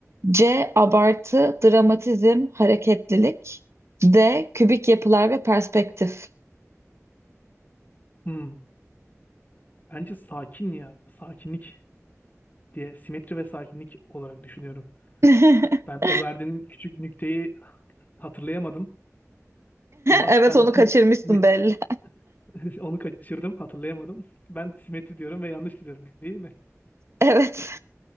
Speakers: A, on the right (about 55°); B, on the left (about 35°).
A: C. Abartı, dramatizm, hareketlilik. D. Kübik yapılar ve perspektif.
B: Hmm. Bence sakin ya. Sakinlik diye simetri ve sakinlik olarak düşünüyorum.
A: <laughs>
B: Ben o verdiğin küçük nükteyi hatırlayamadım. Ama
A: Evet
B: ben
A: onu kaçırmışsın
B: <laughs> simi-
A: belli.
B: <laughs> onu kaçırdım. Hatırlayamadım. Ben simetri diyorum ve yanlış diyorum. Değil mi?
A: Evet.